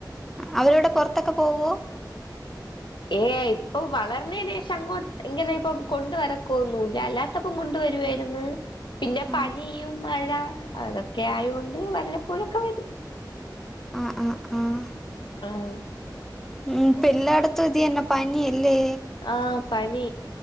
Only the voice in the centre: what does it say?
അവരവിടെ പൊറത്തൊക്കെ പോവോ
ആഹ്
ആഹ് ആഹ് ആഹ്
ഉം ഇപ്പെല്ലാടത്തും ഇത് ന്നെ പനി അല്ലേ